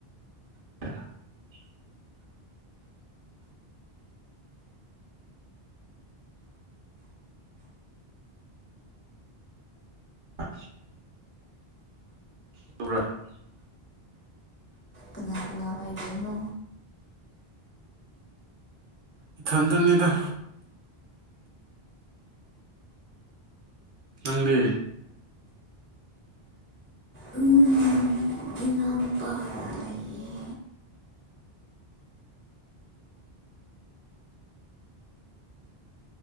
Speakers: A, on the right; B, on the left.
A: <inaudible> ꯑ <unintelligible>
B: ꯀꯅꯥ ꯀꯅꯥ ꯂꯩꯔꯤꯅꯣ
A: ꯏꯊꯟꯇꯅꯤꯗ ꯅꯪꯗꯤ
B: ꯎꯝ ꯏꯅꯥꯎꯄꯥꯒ ꯂꯩꯌꯦ